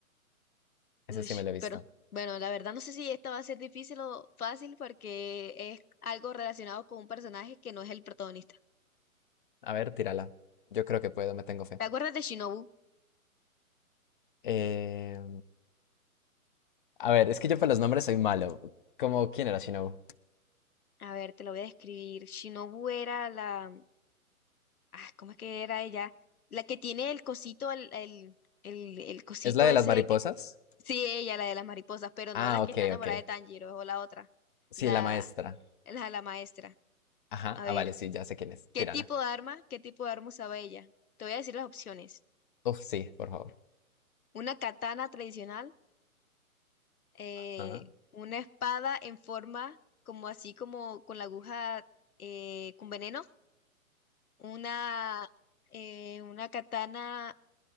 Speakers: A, on the left; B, on the left.
A: Ush,
B: ese sí me lo he visto.
A: pero bueno, la verdad no sé si esto va a ser difícil o fácil porque es algo relacionado con un personaje que no es el protagonista.
B: A ver, tírala. Yo creo que puedo, me tengo fe.
A: ¿Te acuerdas de Shinobu?
B: Eh, a ver, es que yo para los nombres soy malo. Como, ¿quién era Shinobu?
A: A ver, te lo voy a describir. Shinobu era la, Ah, ¿cómo es que era ella? La que tiene el cosito, el, el, el, el cosito
B: ¿Es la de
A: ese
B: las mariposas?
A: que... Sí, ella, la de las mariposas, pero
B: Ah,
A: no la que
B: ok,
A: está enamorada
B: ok.
A: de Tanjiro, o la otra.
B: Sí,
A: La,
B: la maestra.
A: la, la maestra.
B: Ajá,
A: A
B: ah,
A: ver,
B: vale, sí, ya sé quién es.
A: ¿qué
B: Tírala.
A: tipo de arma, qué tipo de arma usaba ella? Te voy a decir las opciones.
B: Uf, sí, por favor.
A: Una katana tradicional, eh,
B: Ajá.
A: una espada en forma como así como con la aguja eh, con veneno, una, eh, una katana